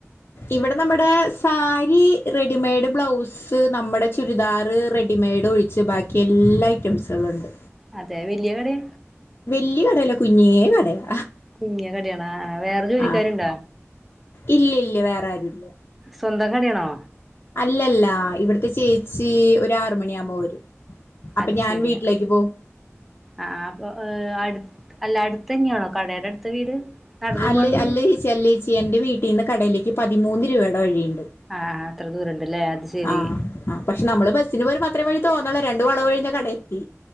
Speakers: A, on the left (about 55°); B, in the centre.
A: ഇവിടെ നമ്മടെ സാരി റെഡിമെയ്ഡ് ബ്ലൗസ് സ് നമ്മടെ ചുരിദാറ് റെഡിമെയ്ഡ് ഒഴിച്ച് ബാക്കി എല്ലാ ഐറ്റംസുകള്ണ്ട്.
B: അതെ വല്ല്യാ കടയാ
A: വല്ല്യ കടല്ല കുഞ്ഞേ കടയാ.
B: കുഞ്ഞി കടയാണ ആഹ് വേറെ ജോലിക്കാര്ണ്ട
A: ആഹ് ഇല്ല ഇല്ല വേറെ ആരുല്ല.
B: സ്വന്തം കടയാണോ?
A: അല്ലല്ല ഇവിട്ത്തെ ചേച്ചി ഒരു ആറുമണിയാവുമ്പോ വരും. അപ്പൊ
B: അത്
A: ഞാൻ
B: ശരിയാ.
A: വീട്ടിലേക്ക് പോവും
B: ആഹ് ആ അപ്പൊ ഏഹ് അടു അല്ല അടുത്തന്നെയാണോ കടയുടെ അടുത്ത വീട്? നടന്നു
A: അല്ലയ്
B: പോവാനുള്ള ദൂരം
A: അല്ലേച്ചി അല്ലേച്ചി എന്റെ വീട്ടിന്ന് കടയിലേക്ക് പതിമൂന്ന് രൂപയുടെ വഴിയുണ്ട്.
B: ആഹ് അത്ര ദൂരണ്ട്ല്ലേ അത് ശെരി.
A: ആഹ് ആഹ് പക്ഷെ നമ്മള് ബസിന് പോരുമ്പോ അത്ര വഴി തോന്നില്ല രണ്ട് വളവഴിഞ്ഞാ കട എത്തി.